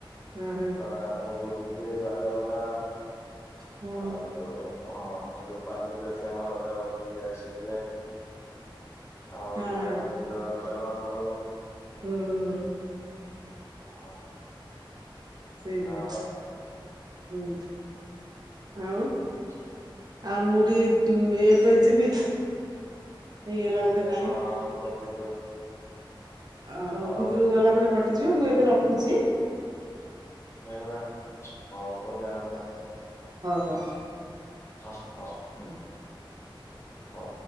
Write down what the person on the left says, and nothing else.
ତା ସଙ୍ଗ ବୁଡିଛିେ ବାଜା ବାଲା
ଆଉ ଯୋଉ ହଁଉ ଯୋଉ ପାଲିଙ୍ଗ ଅଛି ଆମ ରଜା ବାସ ଯାଇ ରେ ଆମର
ଖାଇବା ପିଇବା ରଡେଲ ମା ସବୁ
ହଁ
ହଁ
ଛ
ହାଲୋଁ-ଅଁ କଟିଯିବ।
ହଉ
ଏଇଟା ତାହେଲେ, ହଉ ହଉ ଯାଆନ୍ତୁ ନ ହେଲେ।
ହ ହଉ।
ହ।